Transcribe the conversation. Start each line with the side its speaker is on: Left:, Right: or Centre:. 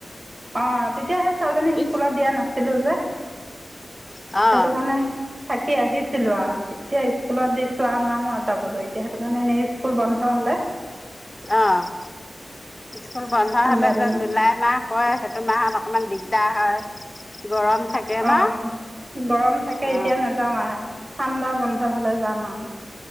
Right: অ' তেতিয়াহে ছোৱালীজনী
Left: ইচ
Right: স্কুলত দিয়া নাছিলোঁ যে
Left: <unintelligible> অ
Right: সেইটো কাৰণে থাকি আহিছিলোঁ আৰু এতিয়া স্কুলত দিছোঁ নোৱাৰো আৰু যাবলৈ এতিয়া সেইটো কাৰণে এনেই স্কুল বন্ধ হ'লে <inaudible>
Left: অ' স্কুল বন্ধ
Right: ঠাণ্ডা
Left: হলে
Right: দিনত
Left: যে জুলাই মাহ <unintelligible> সেইটো মাহত অকনমান দিগদাৰ হয় গৰম থাকে।
Right: অ'
Left: ন?
Right: গৰম থাকে
Left: অ
Right: এতিয়া নাযাওঁ <unintelligible> ঠাণ্ডা বন্ধ হ'লে যাম আৰু।